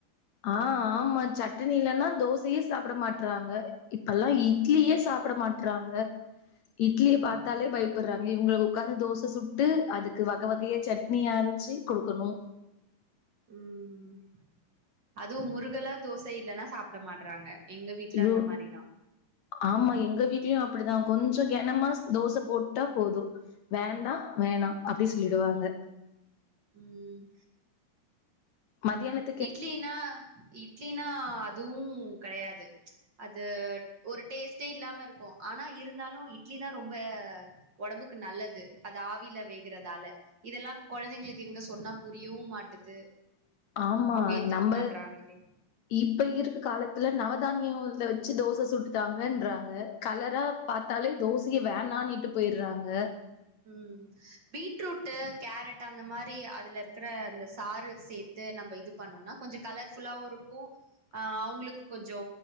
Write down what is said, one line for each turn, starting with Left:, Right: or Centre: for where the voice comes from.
Left: ஆ ஆமா சட்னி இல்லனா தோசையே சாப்ட மாட்றாங்க இப்பெல்லா இட்லியே சாப்ட மாட் றாங்க இட்லிய
Right: ம்
Left: பாத்தாலே பயப்புடுறாங்க இவுங்கள உக்காந்து தோச சுட்டு அது க்கு வக வகையா சட்னி அரைச்சி குடுக்கணு
Right: ம் அதுவு முருகலா தோசை இல்லனா சாப்ட மாட் றாங்க எங்க வீட்ல
Left: ஐயோ
Right: அந்த மாரிதா
Left: ஆமா எங்க வீட்லயு அப்புடுதா கொஞ்ச கெனமா தோச போட்டா போது வேண்டா வேணா அப்டி சொல்லிடுவாங்க
Right: ம்
Left: மதியானத்
Right: இட்லினா இட்லினா அதுவு கெடையாது ம்ச் அது ஒரு டேஸ்ட்டே இல்லாம இருக் கு ஆனா இருந்தாலு இட்லி தா ரொம்ப உடம்புக்கு நல்லது அது ஆவில வேகுறதால இதெல்லா கொழந்தைங்களுக்கு எங்க சொன்னா புரியவு மாட்டுது
Left: ஆம்மா
Right: அவங்க ஏத்துக்க
Left: நம்ப
Right: மாட்றாங்களே
Left: இப்ப இருக்கு காலத்துல நவ தானியோ இதுல வச்சு தோச சுட்டு தாங்கன்றாங்க கலரா பாத்தாலே தோசையே வேணானிட்டு போய்றாங்க
Right: ம் பீட்ரூட்டு கேரட் அந்த மாரி அதுல இருக்குற இந்த சாறு சேத் து நம்ப இது பண்ணோனா கொஞ்ச கலர் புல்லாவு இருக்கு ஆ அவுங்களுக்கு கொஞ்சோ